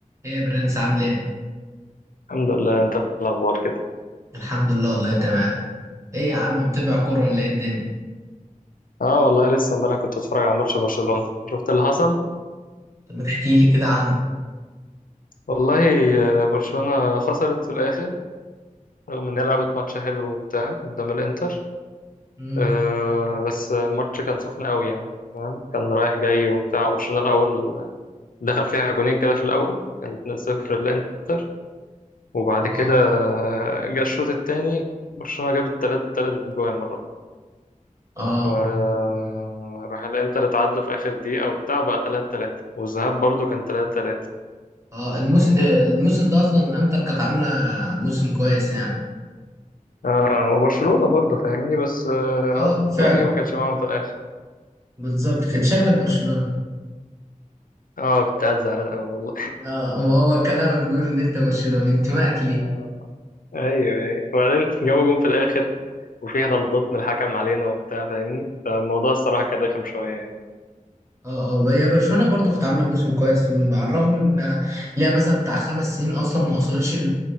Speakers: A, on the right; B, on the left.
A: ايه يا برنس عامل ايه؟
B: الحمد لله انت الاخبار كده
A: الحمد لله والله تمام ايه يا عم متابع كورة ولا ايه الدنيا؟
B: اه والله لسه امبارح كنت بتفرج على ماتش برشلونة شفت اللي حصل
A: طب ما تحكي لي كده عنه
B: والله آه، برشلونة خسرت في الاخر رغم ان هي لعبت ماتش حلو وبتاع قدام الانتر
A: امم
B: آه بس الماتش كان سخن قوي يعني كان رايح جاي وبتاع برشلونة الاول دخل فيها جونين كده في الاول كان 2-0 للانتر وبعد
A: اه
B: كده آه، جه الشوط التاني برشلونة جابت تلات تلات جوان مرة
A: اه
B: آه، راح الانتر اتعادلوا في اخر دقيقة وبتاع وبقى 3 3 والذهاب برضو كان 3 3
A: اه الموس...
B: فاهمني
A: آه، الموسم ده اصلا الانتر كانت عاملة موسم كويس يعني
B: آه آه، وبرشلونة برضو فاهمني بس آه،
A: اه
B: اهو التوفيق
A: فعلا
B: ما كانش معاهم في الاخر
A: بالظبط كده شكلك برشلوني
B: اه كنت قاعد زعلان قوي والله
A: اه وهو كلامك بيقول ان انت برشلوني انتمائك ليه
B: آه ايوه ايوه وبعدين جابوا جون في الاخر وفيها غلطات من الحكم علينا وبتاع فاهمني فالموضوع الصراحة كان رخم شوية يعني
A: اه اه هي برشلونه برضو كانت عامله موسم كويس م- على الرغم ان ليها مثلا بتاع خمس سنين اصلا ما وصلتش ل-